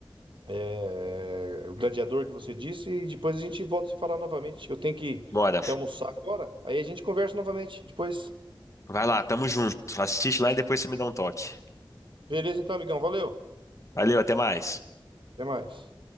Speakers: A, on the right; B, on the left.
A: É, o gladiador que você disse, e depois a gente volta a se falar novamente. Eu tenho que,
B: Bora.
A: que almoçar agora, aí a gente conversa novamente depois.
B: Vai lá, tamo junto. Assiste lá e depois você me dá um toque.
A: Beleza, então, amigão, valeu.
B: Valeu, até mais.
A: Até mais.